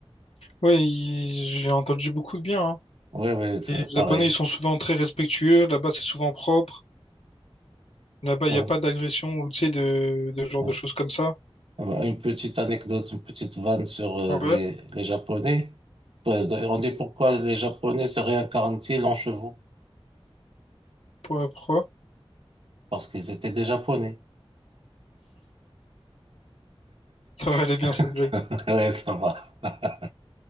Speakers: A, on the left; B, on the right.
A: Ouais. il- J'ai entendu beaucoup de bien. hein.
B: Oui, oui,
A: Les Japonais,
B: pareil.
A: ils sont souvent très respectueux. Là-bas, c'est souvent propre. Là-bas,
B: Ouais,
A: il n'y a pas d'agression ou tu sais de, de genre
B: ouais.
A: de choses comme ça.
B: Euh, Une petite anecdote, une petite vanne sur euh,
A: Ouais,
B: les, les Japonais. Ouais, On dit pourquoi les Japonais se réincarnent-ils en chevaux?
A: pour- pourquoi?
B: Parce qu'ils étaient des Japonais.
A: Ça va aller
B: <laughs>
A: bien cette blague.
B: Ouais, ça va. <laughs>